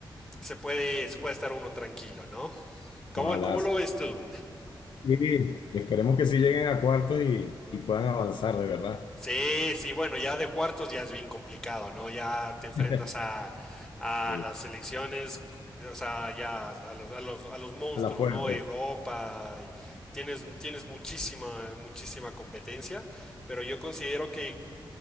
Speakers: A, in the centre; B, on the left.
A: se puede, se puede estar uno tranquilo, ¿no? ¿Cómo,
B: Ojalá.
A: cómo
B: sí.
A: lo ves tú?
B: Sí, y esperemos que sí lleguen a cuartos y, y puedan avanzar de verdad.
A: Sí, sí, bueno, ya de cuartos ya es bien complicado, ¿no? Ya te enfrentas
B: <laughs>
A: a, a
B: Sí,
A: las selecciones, o sea, ya a los, a los, a los monstruos,
B: a la fuerte.
A: ¿no? Europa, y tienes, tienes muchísima, muchísima competencia, pero yo considero que